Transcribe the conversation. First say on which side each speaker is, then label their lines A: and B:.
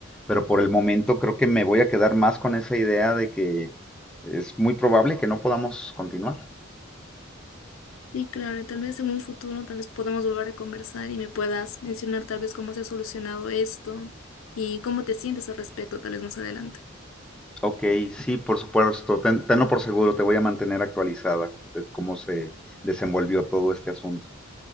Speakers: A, in the centre; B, on the left (about 85°).
A: Pero por el momento creo que me voy a quedar más con esa idea de que es muy probable que no podamos continuar.
B: Y claro, y tal vez en un futuro tal vez podamos volver a conversar y me puedas mencionar tal vez cómo se ha solucionado esto y cómo te sientes al respecto tal vez más adelante.
A: Ok, sí, por supuesto. Ten- tenlo por seguro, te voy a mantener actualizada de cómo se desenvolvió todo este asunto.